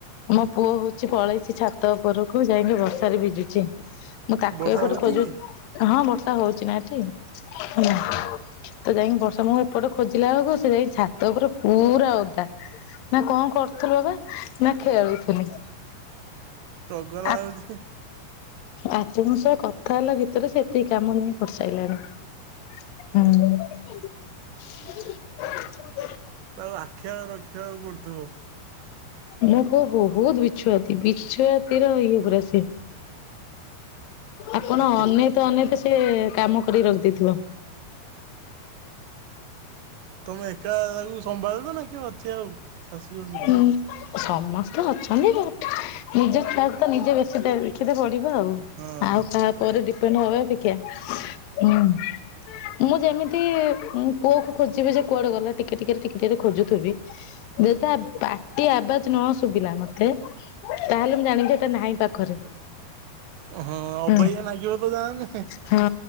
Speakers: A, on the left (about 65°); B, on the right (about 80°).
A: ମୋ ପୁଅ ହଉଚି ପଳେଇଚି ଛାତ ଉପରକୁ ଯାଇକି ବର୍ଷାରେ ଭିଜୁଚି। ମୁଁ ତାକୁ
B: ବର୍ଷା
A: ଏପଟେ
B: ହଉଛି
A: ଖୋଜୁ
B: କି?
A: ହଁ ବର୍ଷା ହଉଚି ନା ଏଠି। ହଁ ତ ଯାଇକି ବର୍ଷା ମୁଁ ଏପଟେ ଖୋଜିଲା ବେଳକୁ ସେ ଯାଇ ଛାତ ଉପରେ ପୁରା ଓଦା ନା କଣ କରୁଥିଲୁ ବାବା ନା ଖେଳୁଥିଲି।
B: ଚଗଲା
A: ଆ
B: ହଉଚି
A: ଆପଣଙ୍କ ସହ କଥା ହେଲା ଭିତରେ ସେ ଏତିକି କାମ ନେଇ କରିସାଇଲାଣି। ହୁଁ
B: ତାକୁ ଆଖିଆଗରେ ରଖିବାକୁ ପଡୁଥିବ।
A: ମୋ ପୁଅ ବହୁତ ବିଛୁଆତି ବିଛୁଆତିର ଇଏ ପୁରା ସେ ଆପଣ
B: ଆଟି
A: ଅନେତ ଅନେଇତେ ସିଏ କାମ କରି ରଖିଦେଇଥିବ।
B: ତମେ ଏକା ତାକୁ ସମ୍ଭାଳୁଚ ନା କିଏ ଅଛି ଆଉ? ଶାଶୁ ଶ୍ୱଶୁର?
A: ଉଁ ସମସ୍ତେ ଅଛନ୍ତି ବଟ ନିଜ ଛୁଆକୁ ତ ନିଜେ ବେଶୀ ଦେ କେବେ ବଢିବ ଆଉ
B: ହଁ
A: ଆଉ କାହା ଉପରେ ଡିପେଣ୍ଡ ହବା ଅପେକ୍ଷା ହୁଁ ମୁଁ ଯେମିତି ପୁଅକୁ ଖୋଜିବି ଯେ କୁଆଡେ ଗଲା ଟିକେ ଟିକେରେ ଟିକେ ଟିକେରେ ଖୋଜୁଥିବି। ଯଦି ତା ପାଟି ଆବାଜ ନ ଶୁବିଲା ମତେ ତାହେଲେ ମୁଁ ଜାଣିବି ଯେ ଏଟା ନାହିଁ ପାଖରେ।
B: ହଁ ଅବାଗିଆ
A: ହୁଁ
B: ଲାଗିବ ତ ଯାହାହେଲେ।
A: ହଁ